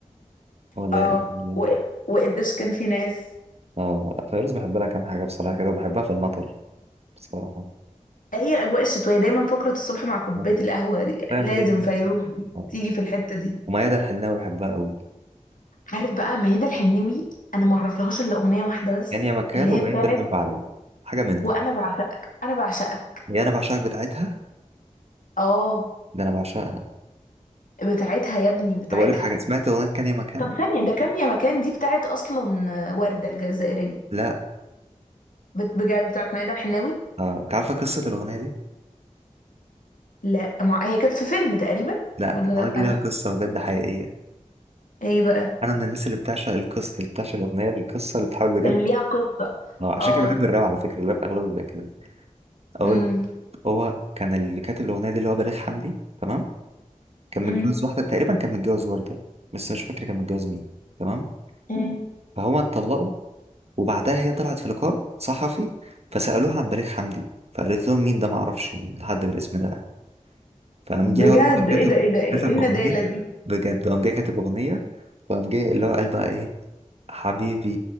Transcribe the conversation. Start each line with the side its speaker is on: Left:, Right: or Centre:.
Right: ولا
Left: اه
Right: يا أجنبي؟
Left: و... وقديش كان في ناس
Right: اه لا فيروز بحب لها كام حاجة بصراحة كده وبحبها في المطر بصراحة
Left: هي الأجواء الشتوية دايما فقرة الصبح مع كوباية
Right: آه،
Left: القهوة دي
Right: فاهم
Left: لازم
Right: ليه يعني
Left: فيروز
Right: آه.
Left: تيجي في الحتة دي
Right: وميادة الحناوي بحبها قوي
Left: عارف بقى ميادة الحناوي أنا ما أعرفلهاش إلا أغنية واحدة بس
Right: يعني يا مكان
Left: اللي
Right: وبعدين
Left: هي بتاعت
Right: الحب عليا حاجة منهم
Left: وأنا بعشقك أنا بعشقك
Right: يا أنا بعشقك بتاعتها
Left: اه
Right: ده أنا بعشقها
Left: بتاعتها يا ابني بتاعتها
Right: طب أقول لك حاجة سمعت أغنية كان يا مكان؟
Left: طب ثانية ده كان يا مكان دي بتاعت أصلا وردة الجزائرية
Right: لا
Left: بت- بجد بتاعت ميادة الحناوي
Right: آه. أنت عارفة قصة الأغنية دي؟
Left: لا مع... هي كانت في فيلم تقريبا
Right: لا
Left: ولا
Right: الأغنية
Left: لا
Right: دي لها قصة بجد حقيقية
Left: ايه بقى
Right: أنا من الناس اللي بتعشق القصة اللي بتعشق الأغنية القصة اللي بتحاول بجد
Left: اللي ليها قصة
Right: اه عشان
Left: اه
Right: كده بحب الراب على فكرة الراب أغلبه بيبقى كده أقول
Left: امم
Right: هو كان اللي كاتب الأغنية دي اللي هو بليغ حمدي تمام كان
Left: امم
Right: متجوز واحدة تقريبا كان متجوز وردة بس مش فاكر كان متجوز مين تمام
Left: امم
Right: فهما اتطلقوا وبعدها هي طلعت في لقاء صحفي فسألوها عن بليغ حمدي فقالت لهم مين ده معرفش حد بالاسم ده يعني. فقام
Left: بجد
Right: جاي هو بقى كاتب
Left: ايه ده ايه ده ايه
Right: كاتب
Left: إيه الندالة
Right: أغنية
Left: دي
Right: بجد قام جاي كاتب أغنية وقام جاي اللي هو قال بقى إيه حبيبي